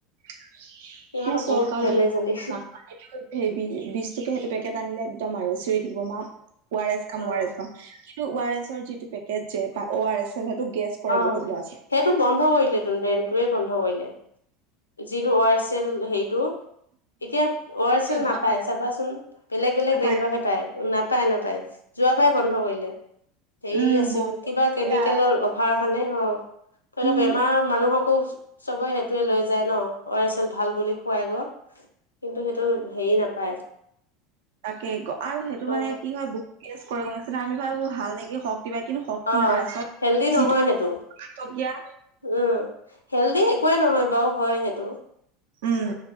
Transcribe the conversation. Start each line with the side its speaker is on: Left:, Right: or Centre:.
Right: চৰকাৰ
Left: সিহঁতৰ বহুত ধেমেজালি
Right: দিয়াতো পায় <unintelligible> সেই বি বিশটকীয়া সেইটো পেকেট আনিলে একদম আৰু চিঞৰি থাকিব মা ও আৰ এছ খাম,
Left: অ
Right: ও আৰ এছ খাম। ও আৰ এছৰ যিটো পেকেট যে বা ও আৰ এছ এল সেইটো গেছ কৰে
Left: অ'।
Right: বহুত ল'ৰা ছোৱালী
Left: সেইটো বন্ধ কৰিলে ত' ব্ৰেণ্ডটোয়ে বন্ধ কৰিলে যিটো ও আৰ এচ এল হেৰিটো এতিয়া ও আৰ এচ এল
Right: একদম
Left: নাপায় চাবাচোন বেলেগ বেলেগ
Right: নাপায়
Left: ব্ৰেণ্ডৰহে পায়। নাপায় নাপায় যোৱা বাৰে বন্ধ কৰিলে, হেৰি
Right: উম
Left: আছিল
Right: বহুত
Left: কিবা কেমিকেলৰ
Right: বেয়া
Left: অভাৰ কাৰণে অ' ধৰি লোৱা
Right: উম
Left: বেমাৰ মানুহকো চবে সেইটোৱে লৈ যায় ন ও আৰ এচ এল ভাল বুলি খোৱাই গে। কিন্তু সেইটো হেৰি নাপায়।
Right: তাকে আৰু সেইটো
Left: অ
Right: মানে কি হয় বহুত টেষ্ট কৰে গম পাইছানে আমি ভাবোঁ ভাল নেকি খওঁক। কিবা কিন্তু শক্তি
Left: অ
Right: নাপায় চ'
Left: হেল্ডি
Right: যিটো
Left: নহয়
Right: বিশটকীয়া
Left: সেইটো উম হেল্ডি একোৱে নহয় বাৰু হয় সেইটো।
Right: উম।